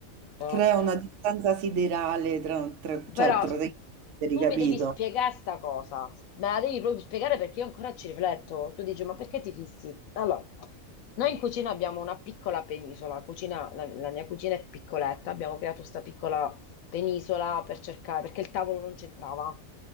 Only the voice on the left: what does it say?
ecco.
Però
tu
mi devi spiegare sta cosa, me la devi proprio spiegare perché io ancora ci rifletto. Tu dici, ma perché ti fissi? Allora, noi in cucina abbiamo una piccola penisola, la cucina- la, la mia cucina è piccoletta, abbiamo creato questa piccola penisola per cercare, perché il tavolo non c'entrava.